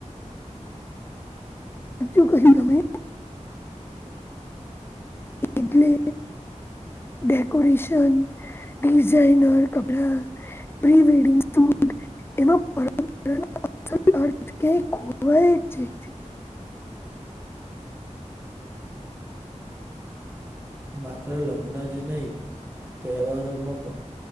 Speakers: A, on the left; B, on the right.
A: સાચું કહું તમે એટલે ડેકોરેશન ડિઝઇનર કપડા પ્રી વડિંગ સુંટ એમાં પરંપરા કે <unintelligible>
B: માત્ર લગ્ન જ નહીં તહેવારોમાં પણ